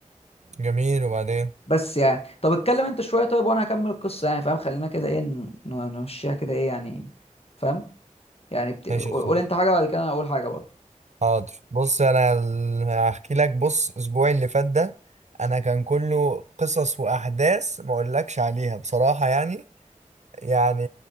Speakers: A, on the right; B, on the left.
A: جميل وبعدين
B: بس يعني طب اتكلم انت شويه طيب وانا هكمل القصه يعني فاهم خلينا كده ايه ن- ن- نمشيها كده ايه يعني فاهم يعني بت... قول
A: ماشي يا سيدي
B: قول انت حاجه بعد كده انا اقول حاجه برضه
A: حاضر بص انا ال- هحكي لك بص اسبوعي اللي فات ده انا كان كله قصص واحداث ما اقولكش عليها بصراحه يعني يعني